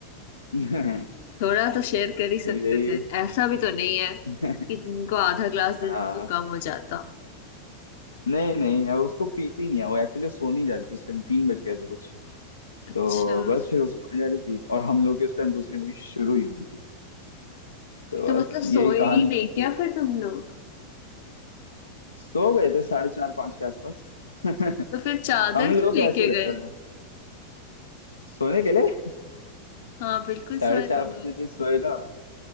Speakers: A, on the left; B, on the left.
A: <laughs>
B: थोड़ा तो शेयर कर ही सकते
A: तो यही
B: थे ऐसा भी तो नहीं है
A: <laughs>
B: कि तुमको आधा ग्लास दे
A: हाँ
B: देते तो कम हो जाता
A: नहीं नहीं अब उसको पीती नहीं है वो एक्चुअली सोने जा रही थी उस टाइम तीन बज गए थे कुछ
B: अच्छा
A: तो बस फिर वो सोने जा रही थी और हम लोग की उस टाइम दूसरी मूवी शुरू ही हो रही थी तो
B: तो
A: बस
B: मतलब
A: यही
B: सोए
A: कहानी
B: ही नहीं
A: हुई थी
B: क्या फिर तुम लोग
A: सो गए थे साढ़े चार पाँच के आसपास <laughs>
B: तो फिर चादर
A: हम लोग
B: क्यों लेके
A: कैसे रहते
B: गए
A: हैं सोने के लिए
B: हाँ बिल्कुल
A: साढ़े
B: सोए
A: चार
B: तुम
A: पाँच
B: लोग
A: बजे सोए ना और